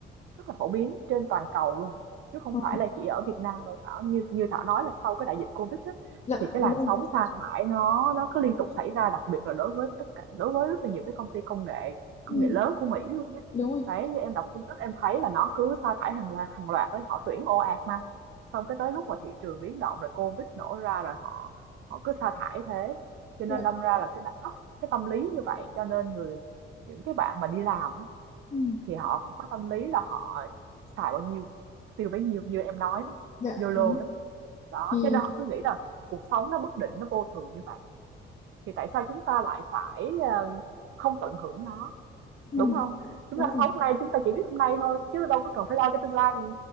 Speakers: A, on the right (about 80°); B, on the left (about 35°).
A: Rất là phổ biến trên toàn cầu luôn, chứ không
B: Ờ,
A: phải là chỉ ở Việt Nam đâu Thảo. Như như Thảo nói là sau cái đại dịch Covid á,
B: dạ
A: thì cái
B: đúng
A: làn
B: rồi.
A: sóng sa thải nó nó cứ liên tục xảy ra, đặc biệt là đối với tất cả đối với rất là nhiều cái công ty công nghệ công
B: Ừ,
A: nghệ lớn của Mỹ luôn nhé.
B: đúng rồi.
A: Đấy, như em đọc tin tức em thấy là nó cứ sa thải hàng loạt hàng loạt đấy, họ tuyển ồ ạt mà. Xong cái tới lúc mà thị trường biến động rồi Covid nổ ra rồi họ họ cứ sa thải thế. Cho nên
B: Dạ,
A: đâm ra là cái đ- cái tâm lý như vậy cho nên người những cái bạn mà đi làm á,
B: ừ,
A: thì họ cũng có tâm lý là họ xài bao nhiêu tiêu bấy nhiêu như em nói đó
B: dạ
A: YOLO
B: đúng.
A: đó đó
B: Thì
A: cho nên họ cứ nghĩ là cuộc sống nó bất định nó vô thường như vậy thì tại sao chúng ta lại phải ờ, không tận hưởng nó
B: ừ,
A: đúng không chúng
B: đúng
A: ta
B: rồi.
A: sống hôm nay chúng ta chỉ biết hôm nay thôi chứ đâu có cần phải lo cái tương lai